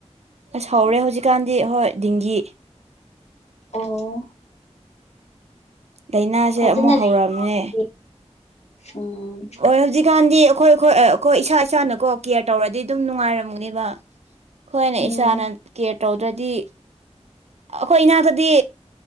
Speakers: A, on the right; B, on the left.
A: ꯑꯁ ꯍꯧꯔꯦ ꯍꯧꯖꯤꯛꯀꯥꯟꯗꯤ ꯍꯣꯏ ꯗꯤꯦꯡꯒꯤ
B: ꯑꯣ
A: ꯂꯥꯏꯅꯥꯁꯦ
B: ꯐꯖꯅ
A: ꯑꯃꯨꯛ ꯍꯧꯔꯑꯅꯦ
B: ꯂꯩꯔꯤ ꯎꯝ
A: ꯍꯣꯏ ꯍꯧꯖꯤꯛꯀꯥꯟꯗꯤ ꯑꯩꯈꯣꯏ ꯑꯩꯈꯣꯏ ꯑꯩꯈꯣꯏ ꯏꯁꯥ ꯏꯁꯥꯅꯀꯣ ꯀꯦꯌꯔ ꯇꯧꯔꯗꯤ ꯑꯗꯨꯝ ꯅꯨꯡꯉꯥꯏꯔꯝꯒꯅꯦꯕ ꯑꯩꯈꯣꯏꯅ
B: ꯎꯝ
A: ꯏꯁꯥꯅ ꯀꯦꯌꯔ ꯇꯧꯗ꯭ꯔꯗꯤ ꯑꯩꯈꯣꯏ ꯏꯅꯥꯛꯇꯗꯤ